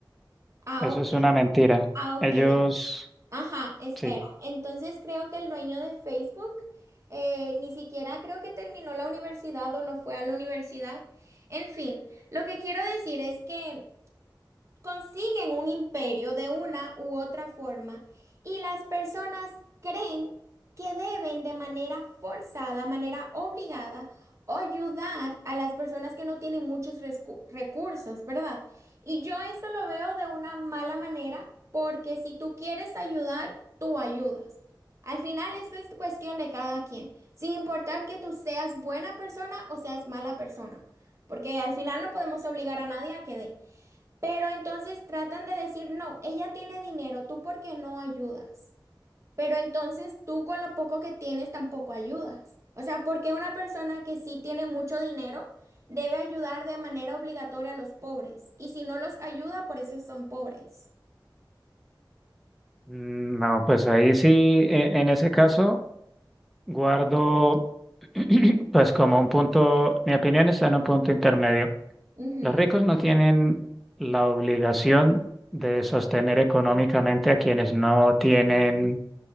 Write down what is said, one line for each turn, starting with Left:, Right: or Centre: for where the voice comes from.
Right: Ah,
Centre: eso
Right: ok.
Centre: es una mentira.
Right: Ah, ok.
Centre: Ellos,
Right: Ajá, espera.
Centre: sí,
Right: Entonces creo que el dueño de Facebook eh, ni siquiera creo que terminó la universidad o no fue a la universidad. En fin, lo que quiero decir es que consiguen un imperio de una u otra forma y las personas creen que deben de manera forzada, manera obligada, ayudar a las personas que no tienen muchos rescu- recursos, ¿verdad? Y yo eso lo veo de una mala manera porque si tú quieres ayudar, tú ayudas. Al final, esto es cuestión de cada quien, sin importar que tú seas buena persona o seas mala persona, porque al final no podemos obligar a nadie a que dé. Pero entonces tratan de decir, no, ella tiene dinero, tú por qué no ayudas. Pero entonces tú con lo poco que tienes tampoco ayudas. O sea, ¿por qué una persona que sí tiene mucho dinero debe ayudar de manera obligatoria a los pobres? Y si no los ayuda, por eso son pobres.
Centre: Mm, no, pues ahí sí, e- en ese caso, guardo, <clears throat> pues como un punto, mi opinión está en un punto intermedio.
Right: Ujú,
Centre: Los ricos no tienen la obligación de sostener económicamente a quienes no tienen